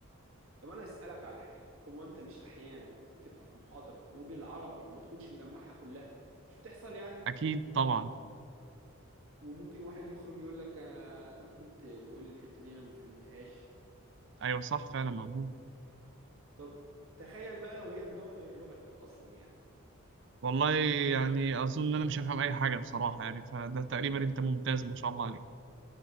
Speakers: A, on the right; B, on the right.
A: طب انا اسألك على حاجة هو انت مش احيانا بتبقى في محاضرة وبالعربي وما تكونش مجمعها كلها مش بتحصل يعني
B: أكيد طبعا
A: وممكن واحد يخرج يقول لك أنا ممكن ت- تقول لي الحتة دي انا ما فهمتهاش
B: أيوة صح فعلا موجود
A: طب تخيل بقى لو هي بلغة غير لغتك اصلا يعني
B: والله يعني أظن إن أنا مش هفهم أي حاجة بصراحة يعني فده تقريبا أنت ممتاز ما شاء الله عليك